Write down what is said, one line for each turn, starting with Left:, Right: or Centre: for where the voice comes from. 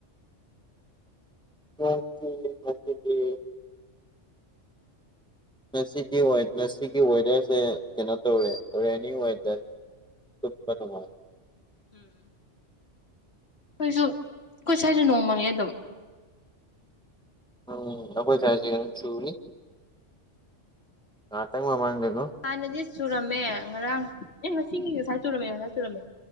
Centre: ꯃ ꯃꯁꯗꯤ ꯉꯁꯤꯒꯤ ꯉꯁꯤꯒꯤ ꯋꯦꯗꯔꯁꯦ ꯀꯩꯅꯣ ꯇꯧꯋꯦ ꯔꯦꯅꯤ ꯋꯦꯗꯔ ꯇꯨꯝꯕ ꯅꯨꯡꯉꯥꯏꯅꯤ
Left: ꯎꯝ ꯑꯩꯈꯣꯏꯁꯨ ꯑꯩꯈꯣꯏ ꯁ꯭ꯋꯥꯏꯁꯨ ꯅꯣꯡꯃꯪꯉꯦ ꯑꯗꯨꯝ
Centre: ꯎꯝ ꯑꯈꯣꯏ ꯁꯋꯥꯏꯗꯗꯤ ꯀꯟꯅꯥ ꯆꯨꯔꯤ ꯉꯛꯇꯪ ꯃꯥꯃꯥꯡꯗ
Left: ꯍꯥꯟꯅꯗꯤ ꯆꯨꯔꯝꯃꯦ ꯉꯔꯥꯡ ꯑꯦ ꯉꯁꯤꯒꯤ ꯉꯁꯥꯏ ꯆꯨꯔꯝꯃꯦ ꯉꯁ ꯆꯨꯔꯝꯃꯦ